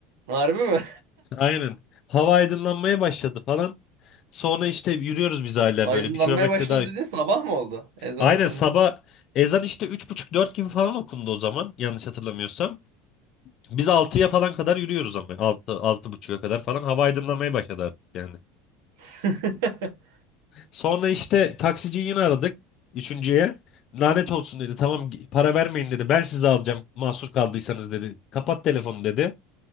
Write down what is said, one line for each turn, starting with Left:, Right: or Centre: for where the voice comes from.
Right: Harbi mi?
Left: Aynen. Hava aydınlanmaya başladı falan. Sonra işte yürüyoruz biz
Right: <laughs>
Left: hala
Right: Aydınlanmaya
Left: böyle bir kilometre
Right: başladı
Left: daha.
Right: dedin sabah mı oldu? Ezan
Left: Aynen
Right: okundu.
Left: sabah ezan işte üç buçuk dört gibi falan okundu o zaman yanlış hatırlamıyorsam. Biz altıya falan kadar yürüyoruz ama altı altı 6.30'a kadar falan hava aydınlamaya başladı artık yani.
Right: <laughs>
Left: Sonra işte taksiciyi yine aradık üçüncüye. Lanet olsun dedi. Tamam gi- para vermeyin dedi. Ben sizi alacağım mahsur kaldıysanız dedi. Kapat telefonu dedi.